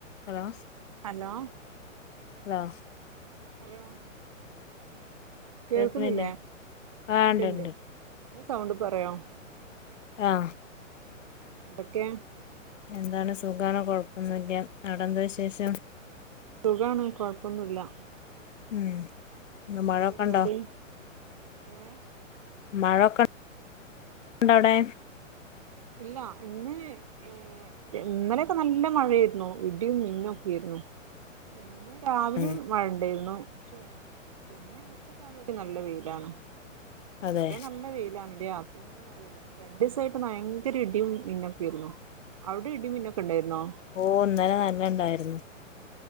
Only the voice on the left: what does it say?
Hello.
Law.
കേൾക്കണില്ലേ
ആ
ഉണ്ട്ണ്ട്
ആഹ്.
എന്താണ് സുഖാണ്. കൊഴപ്പൊന്നുല്ല്യ. അവിടെന്താ വിശേഷം?
ഉം ഇന്ന്
മഴൊക്കെണ്ടോ?
മഴൊക്കെ ണ്ടവ്ടെ?
ഉം
അതെ
ഓഹ് ഇന്നലെ നല്ലം ഇണ്ടായ്രുന്നു.